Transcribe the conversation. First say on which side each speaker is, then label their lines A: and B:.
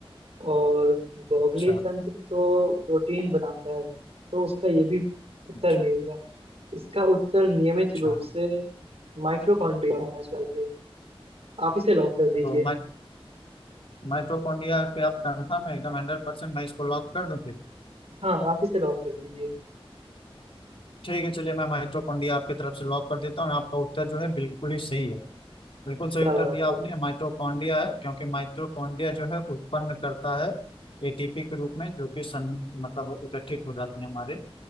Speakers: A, on the right; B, on the left.
A: और बॉगली
B: अच्छा
A: तंत्र तो प्रोटीन बनाता है तो उसका ये भी उत्तर
B: अच्छा
A: नहीं होगा इसका उत्तर नियमित
B: अच्छा
A: रूप से माइटोकॉन्ड्रिया होना चाहिए आप इसे लॉक कर दीजिए
B: तो माइटोकॉन्ड्रिया पे आप कंफर्म है एकदम हंड्रेड परसेंट मैं इसको लॉक कर दूं फिर
A: हाँ आप इसे लॉक कर दीजिए
B: ठीक है चलिए मैं माइटोकॉन्ड्रिया आपकी तरफ से लॉक कर देता हूँ आपका उत्तर जो है बिल्कुल ही सही है बिल्कुल सही
A: क्या
B: उत्तर
A: बात
B: दिया
A: है
B: आपने माइटोकॉन्ड्रिया है क्योंकि माइटोकॉन्ड्रिया जो है उत्पन्न करता है एटीपी के रूप में जो कि सं मतलब इकट्ठित हो जाती है हमारे